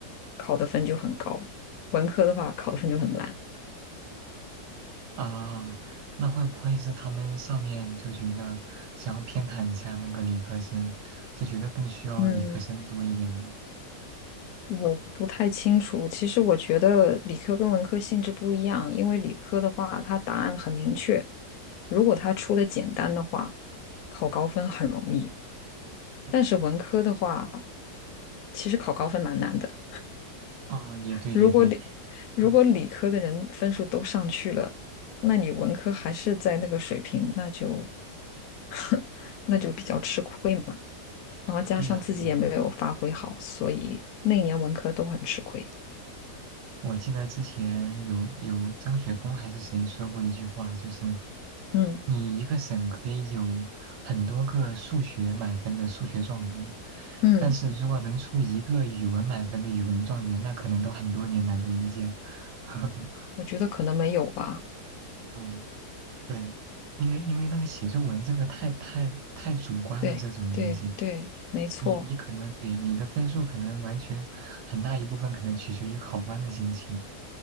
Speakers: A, on the left (about 70°); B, on the right (about 75°).
A: 考的分就很高；文科的话，考的分就很烂。
B: 啊，那会不会是他们上面就觉得想要偏袒一下那个理科生，就觉得更需要理科生多一点呢？
A: 嗯，我不太清楚。其实我觉得理科跟文科性质不一样，因为理科的话，它答案很明确，如果它出的简单的话，考高分很容易。
B: 嗯，
A: 但是文科的话，其实考高分蛮难的。
B: 啊，也对，
A: 如果理
B: 也对，
A: 如果理科的人分数都上去了，
B: 嗯，
A: 那你文科还是在那个水平，那就 <laughs> 那就比较吃亏嘛。
B: 啊，
A: 然后加上自己也没有发挥好，
B: 对呀，对呀，
A: 所以那一年文科都很吃亏。
B: 我记得之前有有张雪峰还是谁说过一句话，就是
A: 嗯
B: 你一个省可以有很多个数学满分的数学状元，
A: 嗯，
B: 但是如果能出一个语文满分的语文状元，那可能都很多年难得一见。<laughs>
A: 我觉得可能没有吧。
B: 嗯，对，因为因为那个写作文这个太太太主观了，
A: 对对对，
B: 这种东西，
A: 没错，
B: 你你可能对你的分数可能完全很大一部分可能取决于考官的心情，